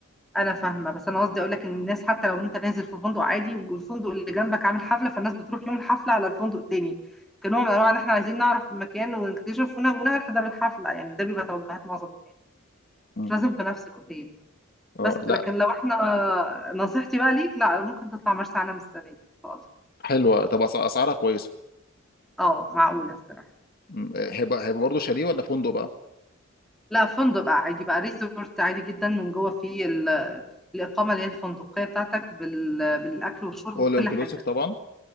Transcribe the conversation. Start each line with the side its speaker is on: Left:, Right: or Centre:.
Centre: انا فاهمه بس انا قصدي اقول لك ان الناس حتى لو انت نازل في فندق عادي والفندق اللي جنبك عامل حفله فالناس بتروح يوم الحفله على الفندق التاني كنوع من انواع ان احنا عايزين نعرف المكان ونكتشف ون- ونحضر الحفله يعني ده بيبقى توجهات معظم الناس
Left: مم.
Centre: مش لازم في نفس الاوتيل
Left: اه
Centre: بس
Left: لا
Centre: لكن لو احنا نصيحتي بقى ليك لا ممكن تطلع مرسى علم السنه دي ان شاء الله
Left: حلوه طب أس- اسعارها كويسه
Centre: اه معقوله الصراحه
Left: مم. آه، هيبقى هيبقى برضه شاليه ولا فندق بقى
Centre: لا فندق بقى عادي بقى ريزورت عادي جدا من جوه فيه ال- الاقامه اللي هي الفندقيه بتاعتك بال... بالاكل والشرب
Left: اول
Centre: بكل
Left: انكلوسيف
Centre: حاجه
Left: طبعا